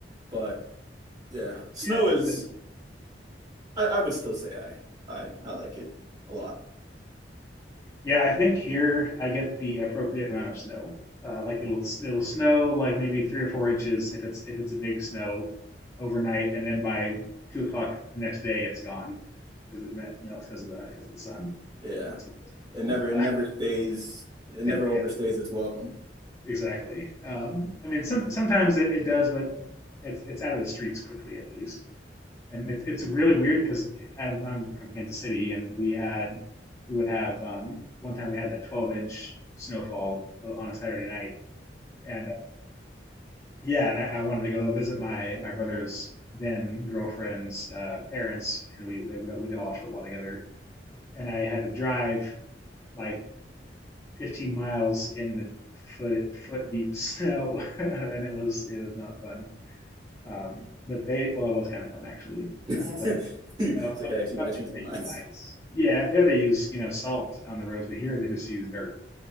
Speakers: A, on the right; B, on the left.
A: But yeah, snow
B: Yeah,
A: is I, I would still say I I I like it a lot.
B: Yeah, I think here I get the appropriate amount of snow. Uh, like it'll it'll snow like maybe three or four inches if it's if it's a big snow overnight, and then by two o'clock the next day it's gone because it melts because of the because of the sun.
A: Yeah,
B: It's
A: it
B: wonderful.
A: never it
B: <laughs>
A: never stays it never
B: Uh, yeah,
A: overstays its welcome.
B: exactly. Um, I mean, some sometimes it, it does, but it's it's out of the streets quickly at least. and it, it's really weird because I'm, I'm from Kansas City, and we had we would have um, one time we had a 12 inch snowfall uh, on a Saturday night, and uh, yeah, and I, I wanted to go visit my my brother's then girlfriend's uh, parents, and we we, we did all watch football together, and I had to drive like 15 miles in the foot foot deep snow, <laughs> and it was it was not fun. Um, but they, well, it was kind of fun actually.
A: <laughs>
B: But
A: It's
B: you know,
A: like
B: up,
A: I actually
B: up
A: I changed
B: there
A: my
B: they
A: mind.
B: use ice. Yeah, up there they use you know salt on the roads, but here they just use dirt.